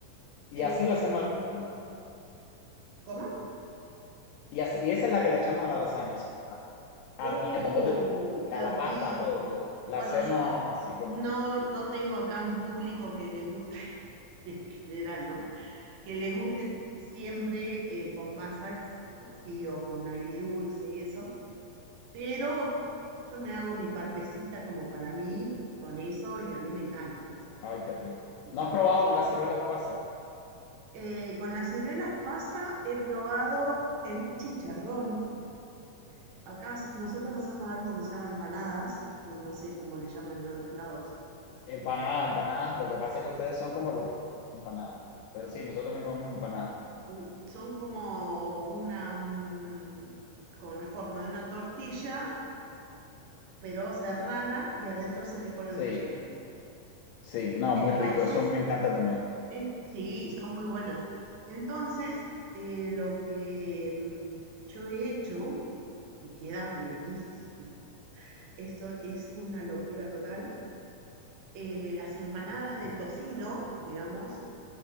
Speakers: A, on the left (about 80°); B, on the right (about 65°).
A: Y así
B: Em,
A: la hacemos a la lasaña.
B: ¿cómo?
A: Y, así- y esa es la que le echamos a la lasaña, a-
B: Uy,
A: y a tambor de-
B: qué
A: a la
B: rico.
A: pasta, a todo. La
B: Bueno,
A: hacemos
B: yo
A: así, como,
B: no, no tengo acá un público que le guste, <laughs> en general, ¿no? Que le guste siempre eh, con pasas, así o con dulce y eso, pero yo me hago mi partecita como para mí con eso y a mí me encanta, o sea,
A: ay, qué rico.
B: y
A: ¿No has
B: ya
A: probado
B: está.
A: con las ciruelas pasas?
B: Eh, con las ciruelas pasa, he probado el chicharrón. acá nosotros hacemos algo que se llama empanadas, que no sé cómo le llaman en otros lados.
A: Empanadas, empanadas. Lo que pasa es que ustedes son como los empanadas. Pero sí, nosotros también comemos empanadas.
B: Mm, Son como una, mm, con la forma de una tortilla, pero cerrada y adentro se le pone
A: Sí,
B: el relleno.
A: sí, no,
B: Entonces,
A: muy rico. Eso a mí me encanta también.
B: en, sí, son muy buenas. Entonces, eh, lo que mm, yo he hecho, y queda buenísimo, eso es una locura total, eh, las empanadas de tocino, digamos,